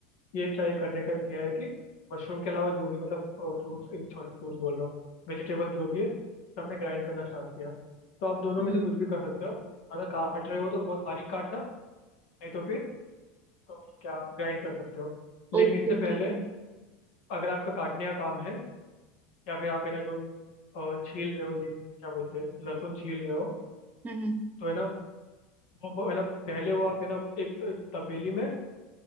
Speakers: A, on the left; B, on the right.
A: ये ट्राई करने का किया है कि मशरूम के अलावा जो भी मतलब फ्रूट्स सॉरी फ्रूट्स बोल रहा हूँ वेजिटेबल जो भी है सब मैं ग्राइंड करना स्टार्ट किया तो आप दोनों
B: हम्म,
A: में से कुछ भी कर सकते हो अगर काट रहे हो तो बहुत बारीक काटना नहीं तो फिर तुम ये क्या ग्राइंड कर सकते हो लेकिन
B: ओके
A: इससे पहले
B: ठीक है
A: अगर आपका काटने का काम है या फिर आप है ना जो अ, छील रहे हो ये क्या बोलते हैं लहसुन छील रहे हो
B: हम्म हम्म
A: तो है ना वो वो है ना पहले वो आप है ना एक त- तपेली में